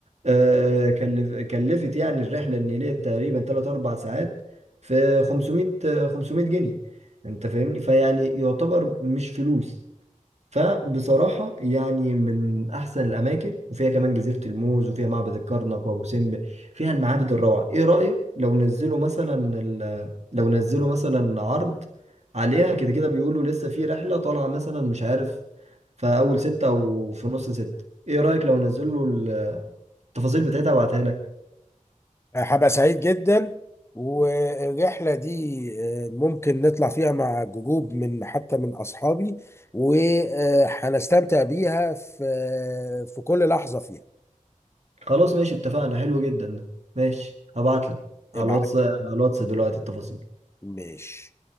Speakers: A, on the right; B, on the left.
A: آه، كلف كلفت يعني الرحله النيليه تقريبا 3 4 ساعات في 500 500 جنيه انت فاهمني فيعني يعتبر مش فلوس فبصراحة يعني من أحسن الأماكن وفيها كمان جزيرة الموز وفيها معبد الكرنك وأبو سمبل فيها المعابد الروعة إيه رأيك لو نزلوا مثلا ال... لو نزلوا مثلا عرض عليها كده كده بيقولوا لسه في رحلة طالعة مثلا مش عارف في أول ستة أو في نص ستة إيه رأيك لو نزلوا التفاصيل بتاعتها وابعتها لك
B: هبقى سعيد جدا والرحلة دي آه، ممكن نطلع فيها مع جروب من حتى من أصحابي وهنستمتع بيها في آه، في كل لحظة فيها
A: خلاص ماشي اتفقنا حلو جدا ده ماشي هبعتلك على
B: ابعت
A: الواتس على الواتس دلوقتي التفاصيل
B: ماشي